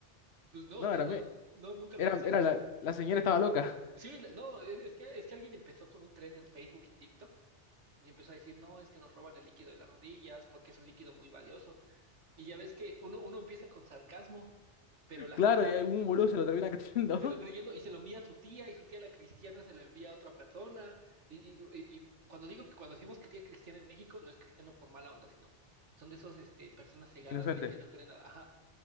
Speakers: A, on the right; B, on the left.
A: pues no,
B: no,
A: no,
B: era,
A: no,
B: me-
A: no, nunca lo
B: era,
A: hacen.
B: era la, la señora estaba loca,
A: Sí, la- no, es es que, es que alguien empezó con un tren en Facebook y TikTok y empezó a decir, no, es que nos roban el líquido de las rodillas porque es un líquido muy valioso. Y ya ves que uno, uno empieza con sarcasmo,
B: <laughs>
A: pero la
B: claro,
A: gente
B: y algún
A: l-
B: boludo se lo termina creyendo,
A: se lo creyendo y se lo envía a su tía y su tía la cristiana se lo envía a otra persona. Y, y- y- y cuando digo que cuando decimos que tía cristiana en México, no es cristiano por mala onda, sino son de esas este, personas cegadas
B: <laughs> Inocente.
A: de que no creen nada. Ajá,